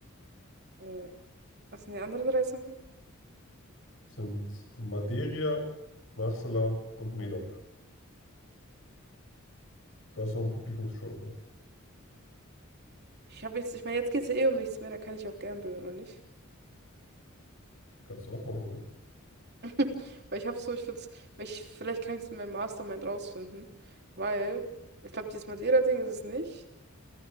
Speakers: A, on the right; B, on the left.
A: Äh, was sind die anderen drei Sachen?
B: Sind Madeira, Marsala und Medoc. Da ist noch ein Publikumsjoker.
A: Ich habe jetzt, ich meine, jetzt geht es ja eh um nichts mehr, dann kann ich auch gamblen, oder nicht?
B: Kannst du auch machen, ja?
A: <laughs> Weil ich habe so, ich würde es, vielleicht kann ich es in meinem Mastermind rausfinden, weil ich glaube, dieses Madeira-Ding ist es nicht.